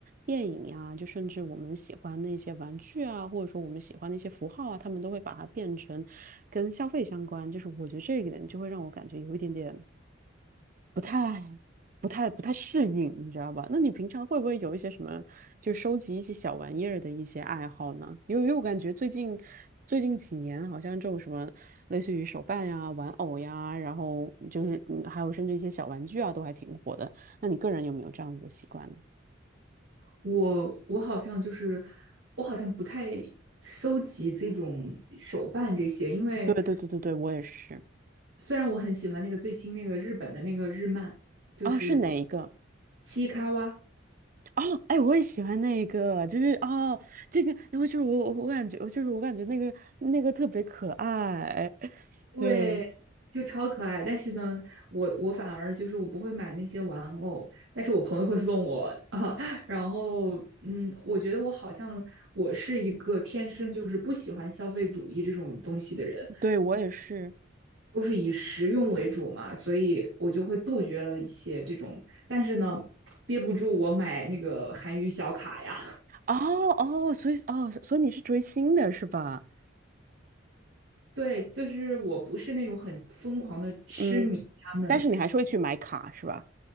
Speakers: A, on the right; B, on the right.
A: 电影呀、就甚至我们喜欢的一些玩具啊，或者说我们喜欢的一些符号啊，他们都会把它变成跟消费相关。就是我觉得这一点就会让我感觉有一点点。不太、不太、不太适应，你知道吧？那你平常会不会有一些什么，就收集一些小玩意儿的一些爱好呢？因为因为我感觉最近最近几年，好像这种什么类似于手办呀、玩偶呀，然后就是嗯还有甚至一些小玩具啊，都还挺火的。那你个人有没有这样子的习惯呢？
B: <laughs> 我我好像就是我好像不太收集这种手办这些，因为
A: 对对对对对，我也是。
B: 虽然我很喜欢那个最新那个日本的那个日漫，就是
A: 哦，是哪一个？
B: 七卡哇，
A: 哦，哎，我也喜欢那个，就是哦，这个，然后就是我我我感觉，我就是我感觉那个那个特别可爱，<laughs>
B: 对，
A: 对。
B: 就超可爱。但是呢，我我反而就是我不会买那些玩偶，但是我朋友会送我啊。<laughs> 然后，嗯，我觉得我好像我是一个天生就是不喜欢消费主义这种东西的人，
A: 对，我也是。
B: 都是以实用为主嘛，所以我就会杜绝了一些这种。但是呢，憋不住我买那个韩娱小卡呀。
A: 哦哦，所以哦，所以你是追星的是吧？
B: 对，就是我不是那种很疯狂的痴迷他们
A: 嗯，但是你还是会去买卡是吧？